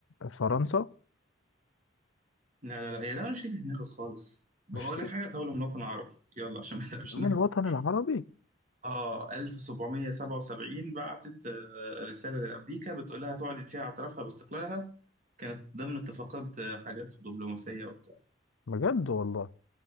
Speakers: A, on the left; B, on the right.
A: فرنسا
B: لا لا لا هي دولة مش تيجي في دماغي خالص بقول
A: 20
B: لك حاجة دولة من الوطن العربي يلا عشان ما نتعبش
A: من
B: نفسك
A: الوطن العربي
B: اه 1777 بعتت آه، رسالة لأمريكا بتقول لها تعلن فيها اعترافها باستقلالها كانت ضمن اتفاقات آه، حاجات دبلوماسية وبتاع
A: بجد والله